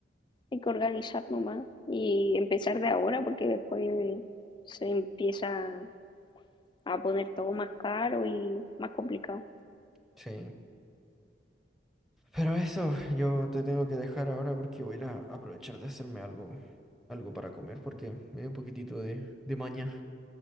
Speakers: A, on the left; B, in the centre.
A: hay que organizar nomás y empezar de ahora porque después eh, se empieza a poner todo más caro y más complicado.
B: Sí. Pero eso, yo te tengo que dejar ahora porque voy a ir a aprovechar de hacerme algo, algo para comer porque me dio un poquitito de, de maña.